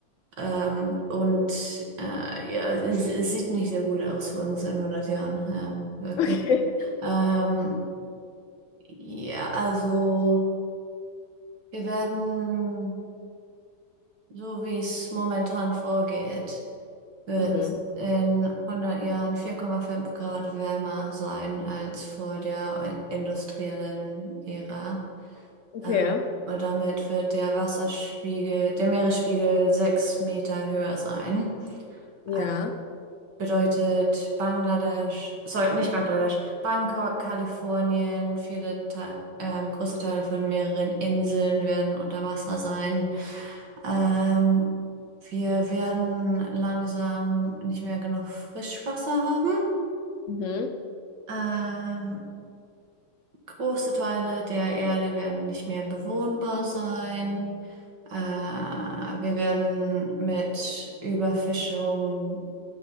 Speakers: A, on the right (about 70°); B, on the left (about 60°).
A: Ähm, und äh, ja, es, es sieht nicht sehr gut aus für uns in hundert Jahren, ähm, wirklich.
B: Okay.
A: Ähm, ja, also wir werden, so wie es momentan vorgeht, wird
B: <laughs> Mhm.
A: in hundert Jahren vier Komma fünf Grad wärmer sein als vor der industriellen Ära.
B: Okay.
A: Äh, Und damit wird der Wasserspiegel, der Meeresspiegel sechs Meter höher sein.
B: Ja.
A: Äh, Bedeutet Bangladesch, sorry, nicht Bangladesch, Bangkok, Kalifornien, viele Te ähm, große Teile von mehreren Inseln werden unter Wasser sein. Ähm, wir werden langsam nicht mehr genug Frischwasser haben.
B: Mhm.
A: Ähm, große Teile der Erde werden nicht mehr bewohnbar sein. Äh, wir werden mit Überfischung